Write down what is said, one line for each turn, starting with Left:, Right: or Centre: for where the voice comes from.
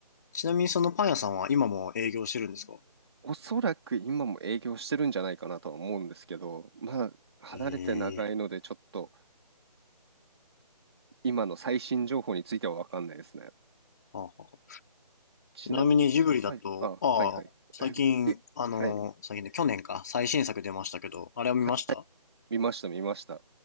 Left: ちなみにそのパン屋さんは今も営業してるんですか
Right: おそらく今も営業してるんじゃないかなとは思うんですけど、まあ離れて長いのでちょっと
Left: ええ
Right: 今の最新情報については分かんないですね。
Left: ーはあはあ
Right: ちなみに、
Left: ちなみにジブリだと、
Right: はい、あ、
Left: ああ、
Right: はいはい。
Left: 最近、
Right: <laughs> え、
Left: あの、
Right: はい。
Left: 最近で、去年か、最新作出ましたけど、あれを見ました
Right: はい、見ました、見ました。